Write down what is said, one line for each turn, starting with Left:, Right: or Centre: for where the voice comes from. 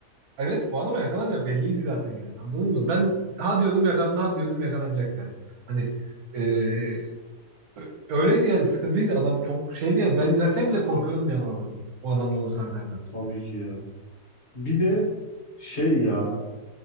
Right: evet o adama yakalanacak belliydi zaten yani anladın mı? Ben ha diyordum yakalan ha diyordum yakalanacak yani. Hani e, öyleydi yani sıkıntıydı adam çok şeydi yani ben izlerken bile korkuyordum yani o adamdan. O adamla olan sahnelerden.
Left: Tabii ki ya. Bir de şey ya